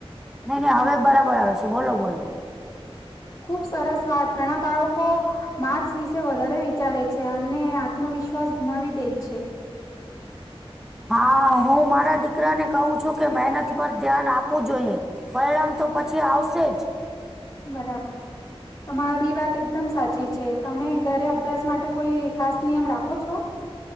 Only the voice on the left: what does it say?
ખુબ સરસ વાત. ઘણા બાળકો માર્ક્સ વિશે વધારે વિચારે છે અને આત્મવિશ્વાસ ગુમાવી દે છે.
બરાબર તમારી વાત એકદમ સાચી છે. છે. તમે ઘરે અભ્યાસ માટે કોઈ ખાસ નિયમ રાખો છો?